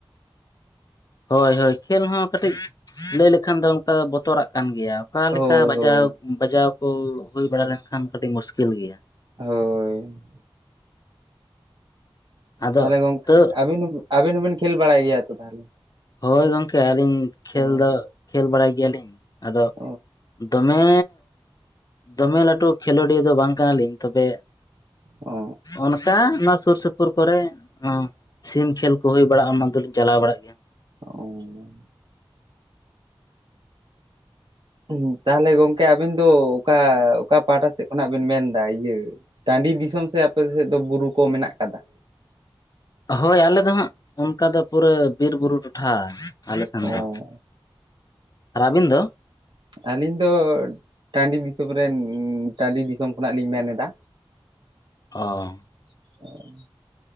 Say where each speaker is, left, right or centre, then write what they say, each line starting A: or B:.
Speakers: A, on the left; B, on the right.
A: ᱦᱳᱭ ᱦᱳᱭ ᱠᱷᱮᱞ ᱦᱚᱸ ᱠᱟᱹᱴᱤᱡ ᱞᱟᱹᱭ ᱞᱮᱠᱷᱟᱱ ᱫᱚ ᱚᱱᱠᱟ ᱫᱚ ᱵᱚᱛᱚᱨᱟᱜ ᱠᱟᱱ ᱜᱮᱭᱟ ᱚᱠᱟᱮ
B: ᱦᱳᱭ
A: ᱞᱮᱠᱟ ᱵᱟᱡᱟᱣ
B: ᱦᱳᱭ
A: ᱵᱟᱡᱟᱣ ᱠᱚ ᱦᱩᱭ ᱵᱟᱲᱟ ᱞᱮᱱᱠᱷᱟᱱ ᱠᱟᱹᱴᱤᱡ ᱢᱩᱥᱠᱤᱞ ᱜᱮᱭᱟ᱾
B: ᱦᱳᱭ
A: ᱟᱫᱚ
B: ᱛᱟᱦᱚᱞᱮ ᱜᱚᱝᱠᱮ
A: ᱛᱟᱹᱣ
B: ᱟᱹᱵᱤᱱ ᱟᱵᱤᱱ ᱦᱚᱸᱵᱤᱱ ᱠᱷᱮᱞ ᱵᱟᱲᱟᱭ ᱜᱮᱭᱟ ᱛᱚ ᱛᱟᱦᱚᱞᱮ?
A: ᱦᱳᱭ ᱜᱚᱝᱠᱮ ᱟᱹᱞᱤᱧ ᱠᱷᱮᱞ
B: ᱦᱮᱸ
A: ᱫᱚ ᱠᱷᱮᱞ ᱵᱟᱲᱟᱭ ᱜᱮᱭᱟ ᱞᱤᱧ ᱟᱫᱚᱼᱼ
B: ᱚ
A: ᱫᱚᱢᱮ ᱫᱚᱢᱮ ᱞᱟᱹᱴᱩ ᱠᱷᱮᱞᱳᱰᱤᱭᱟᱹ ᱫᱚ ᱵᱟᱝ ᱠᱟᱱᱟᱞᱤᱧ ᱛᱚᱵᱮᱼᱼ
B: ᱚ
A: ᱚᱱᱠᱟ ᱱᱚᱣᱟ ᱥᱩᱨ ᱥᱩᱯᱩᱨ ᱠᱚᱨᱮ ᱥᱤᱢ ᱠᱷᱮᱞ ᱠᱚ ᱦᱩᱭ ᱵᱟᱟᱜᱼᱟ ᱢᱟ ᱫᱚᱞᱤᱧ ᱪᱟᱞᱟᱣ ᱵᱟᱲᱟᱜ ᱜᱮᱭᱟ᱾
B: ᱚ ᱩᱸᱦᱩ ᱛᱟᱦᱚᱞᱮ ᱜᱚᱢᱠᱮ ᱟᱵᱮᱱ ᱫᱚ ᱚᱠᱟ ᱚᱠᱟ ᱯᱟᱦᱴᱟ ᱥᱮᱫ? ᱠᱷᱱᱟᱜ ᱵᱮᱱ ᱢᱮᱱᱫᱟ ᱤᱭᱟᱹ ᱴᱟᱺᱰᱤ ᱫᱤᱥᱚᱢ ᱥᱮ ᱟᱯᱮ ᱥᱮᱫ ᱫᱚ ᱵᱩᱨᱩ ᱠᱚ ᱢᱮᱱᱟᱜ ᱠᱟᱫᱟ?
A: ᱦᱳᱭ ᱟᱞᱮ ᱫᱚ ᱦᱟᱸᱜ ᱚᱱᱠᱟ ᱫᱚ ᱯᱩᱨᱟᱹ ᱵᱤᱨᱵᱩᱨᱩ ᱴᱚᱴᱷᱟ ᱟᱞᱮ ᱥᱮᱱ
B: ᱚ
A: ᱫᱚ᱾ ᱟᱨ ᱟᱵᱤᱱ ᱫᱚ?
B: ᱟᱹᱞᱤᱧ ᱫᱚ ᱴᱟᱺᱰᱤ ᱫᱤᱥᱚᱢ ᱨᱮᱱ ᱴᱟᱺᱰᱤ ᱫᱤᱥᱚᱢ ᱠᱷᱚᱱᱟᱜ ᱞᱤᱧ ᱢᱮᱱᱮᱫᱟ᱾
A: ᱚ
B: <inaudible>